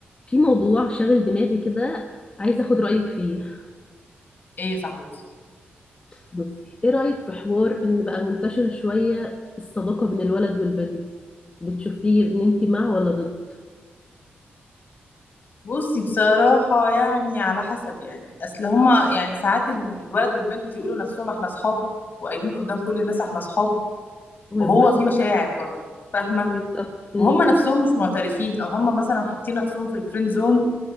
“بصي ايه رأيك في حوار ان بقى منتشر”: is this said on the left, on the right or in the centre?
Left